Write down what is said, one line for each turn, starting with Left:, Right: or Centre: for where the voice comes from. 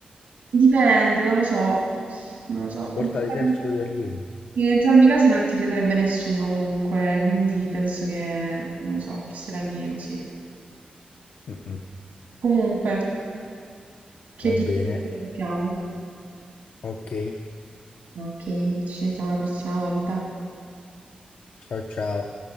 Right: Dipende, non lo so, non lo so.
Left: si porta
Right: In entrambi,
Left: l'esercito degli alieni.
Right: in entrambi i casi non ti crederebbe nessuno comunque, quindi penso che, non lo so, forse l'alieno, sì.
Left: Mm-mm.
Right: Comunque, che
Left: Va
Right: dici
Left: bene,
Right: se interrompiamo?
Left: ok,
Right: Ok, ci sentiamo la prossima volta.
Left: ciao ciao.